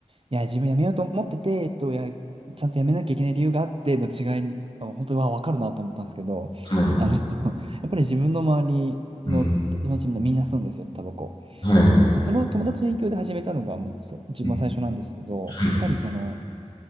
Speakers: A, on the right; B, on the left.
A: いや、自分辞めようと思ってて、えっと、いや、ちゃんと辞めなきゃいけない理由があっての違い、あの本当は分かるなと思ったんですけど、
B: はい。
A: あの、<laughs> やっぱり自分の周りの友達みんなみんな吸うんですよ、
B: うん。
A: タバコ。
B: はい。
A: まあその友達の影響で始めたのがそ自分は最初なんですけど、
B: うん。はい。
A: やっぱりその、